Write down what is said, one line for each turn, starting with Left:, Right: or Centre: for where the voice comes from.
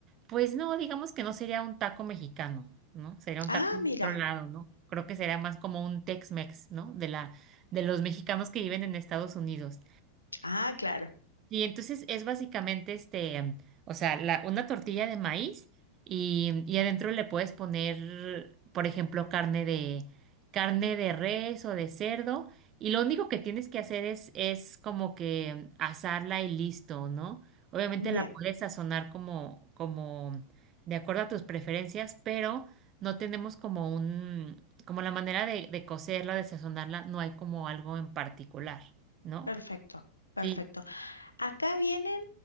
Right: pues no, digamos que no sería un taco mexicano, ¿no? Sería un
Left: Ah,
Right: taco de
Left: mira,
Right: otro lado, ¿no? Creo que sería más como un Tex-Mex, ¿no? De la, de los mexicanos que viven en Estados Unidos.
Left: ah, claro,
Right: Y entonces es básicamente este, o sea, la- una tortilla de maíz y, y adentro le puedes poner, por ejemplo, carne de, carne de res o de cerdo. Y lo único que tienes que hacer es, es como que asarla y listo, ¿no? Obviamente
Left: bien.
Right: la puedes sazonar como, como de acuerdo a tus preferencias, pero no tenemos como un, como la manera de, de cocerla, de sazonarla, no hay como algo en particular, ¿no?
Left: Perfecto, perfecto.
Right: Sí.
Left: Acá vienen